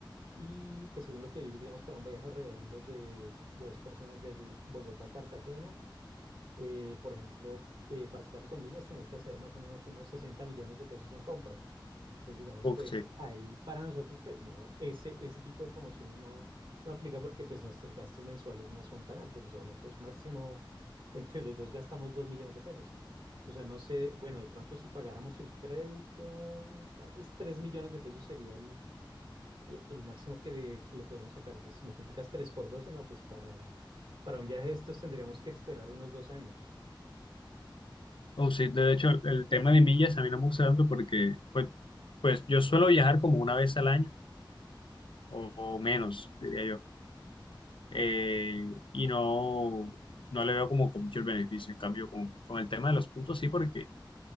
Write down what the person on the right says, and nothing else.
Y pues según lo que vi, digamos, para un viaje redondo de, de dos personas de Bogotá a Cartagena, eh, por ejemplo, eh, para sacarlo con millas tenías que hacer más o menos unos 60 millones de pesos en compras. Entonces, digamos,
pues
ahí para nosotros, pues no, ese, ese tipo de promociones no, no aplica porque pues nuestros gastos mensuales no son tan altos. O sea, nosotros máximo <laughs> entre los dos gastamos 2 millones de pesos. O sea, no sé, bueno, de pronto si pagáramos el crédito, tal vez 3 millones de pesos sería el eh, el máximo que le, que le podemos sacar. Entonces, si multiplicas 3 por 12 no, pues para, para un viaje de estos tendríamos que esperar unos dos años.